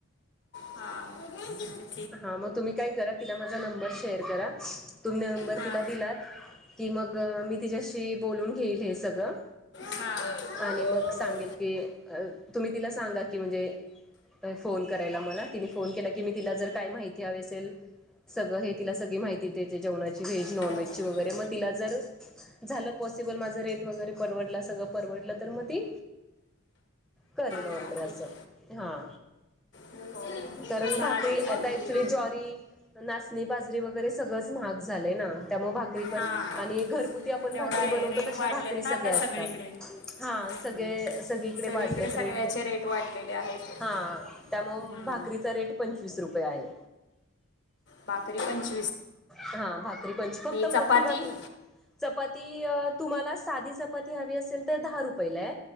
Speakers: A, on the left; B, in the centre.
A: हा. <unintelligible>
B: हा मग तुम्ही काय करा तिला माझा नंबर शेअर करा तुम्ही नंबर
A: हां
B: तिला दिलात की मग मी तिच्याशी बोलून घेईल हे सगळं
A: हां हो
B: आणि मग सांगेल
A: हो
B: की अ तुम्ही तिला सांगा की म्हणजे फोन करायला मला तिने फोन केला की मी तिला जर काय माहिती हवी असेल सगळं हे तिला सगळी माहिती द्या जेवणाची व्हेज नॉन
A: हां
B: व्हेज ची वगैरे मग तिला जर झालं पॉसिबल माझं रेट वगैरे परवडला सगळं परवडलं तर मग ती करेल ऑर्डर
A: हां ठीक
B: अस हा.
A: हो हो
B: कारण
A: चालेल
B: भाकरी आता
A: मग
B: ऍक्च्युली जॉरी नाचणी, बाजरी वगैरे सगळंच महाग झालंय ना त्यामुळे भाकरी पण
A: हां
B: आणि घरगुत आप भाकरी
A: तेवढा आहे
B: बनवतो
A: रेट
B: त
A: वाढलेत
B: भाकरी सगळ्या
A: ना आता
B: असतात
A: सगळीकडे
B: हा
A: हम्म
B: सगळे-सगळी इकडे
A: सगळीकडे
B: वाढलेत
A: सगळ्याचे
B: रेट तेचे
A: वाढलेले आहेत
B: हा. त्यामुळ
A: हम्म
B: भाकरीचा रेट पंचवीस रुपये आहे.
A: बाकरी पंछ
B: हा भाकरी पण छ फक्त
A: चपाती
B: मोठी भाकरी कर चपाती अ तुम्हाला साधी चप चपाती हवी असेल तर दहा रुपयेला